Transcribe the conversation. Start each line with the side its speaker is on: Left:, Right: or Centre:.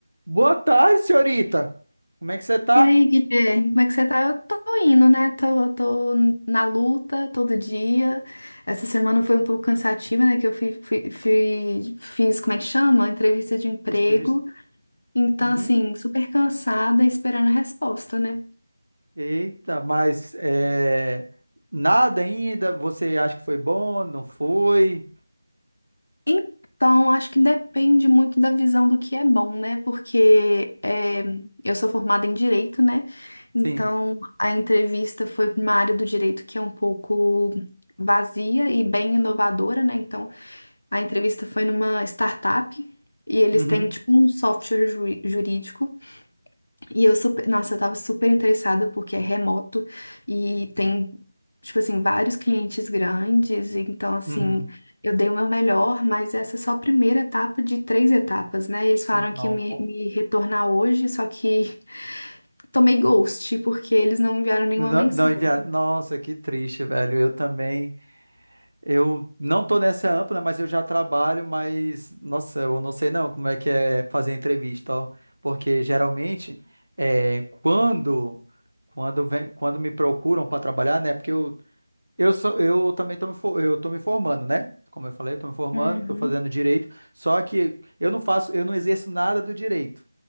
Right: Boa tarde, senhorita. Como é que você tá?
Left: E aí, Guilherme, como é que você tá? Eu tô indo, né? Tô, tô na luta todo dia. Essa semana foi um pouco cansativa, né? Que eu fui, fui- fui- fiz, como é que chama? Entrevista de emprego.
Right: Entrevista.
Left: Então,
Right: Hum,
Left: assim, super cansada, esperando a resposta, né?
Right: eita, mas é, nada ainda. Você acha que foi bom? Não foi?
Left: Então, acho que depende muito da visão do que é bom, né? Porque é, eu sou formada em direito, né? Então,
Right: Sim.
Left: a entrevista foi pra uma área do direito que é um pouco vazia e bem inovadora, né? Então, A entrevista foi numa startup e eles
Right: Uhum,
Left: têm tipo um software ju- jurídico. E eu super, nossa, eu tava super interessada porque é remoto e tem tipo assim vários clientes grandes, então assim,
Right: uhum.
Left: eu dei o meu melhor, mas essa é só a primeira etapa de três etapas, né? Eles falaram
Right: Não,
Left: que ia me, me retornar hoje, só que <laughs> tomei ghost porque eles não enviaram nenhuma
Right: não,
Left: mensagem.
Right: não enviaram. Nossa, que triste, velho. Eu também. Eu não tô nessa ampla, mas eu já trabalho. Mas, nossa, eu não sei não como é que é fazer entrevista, ó. Porque geralmente é quando. Quando, vem, quando me procuram para trabalhar, né? Porque eu Eu, sou, eu também estou me, for- eu tô me formando, né? Como eu falei, estou me formando,
Left: Uhum.
Right: estou fazendo direito, só que eu não faço, eu não exerço nada do direito